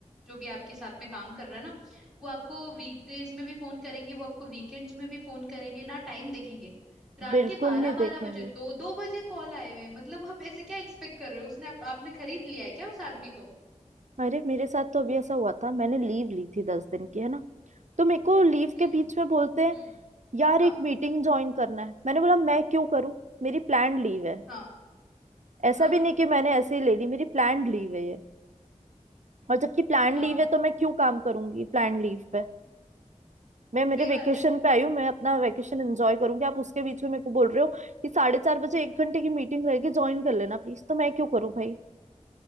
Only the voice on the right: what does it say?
बिल्कुल
नहीं देखेंगे
अरे मेरे साथ तो अभी ऐसा हुआ था मैंने लीव ली थी दस दिन की है ना तो मेरे को लीव
के बीच में बोलते हैं
यार
एक मीटिंग ज्वाइन करना है मैंने बोला मैं क्यों करूं मेरी प्लान लीव है
ऐसा
भी नहीं कि मैंने ऐसे ही ले ली मेरी प्लान लीव है ये और जबकि प्लान
लीव है तो मैं क्यों काम करूंगी प्लान लीव पे मैं मेरे
वेकेशन
पे आई हूँ मैं अपना वेकेशन एंजॉय करूंगी आप उसके बीच में मेरे को बोल रहे हो कि साढ़े चार बजे एक घंटे की मीटिंग रहेगी ज्वाइन कर लेना प्लीज तो मैं क्यों करूँ भाई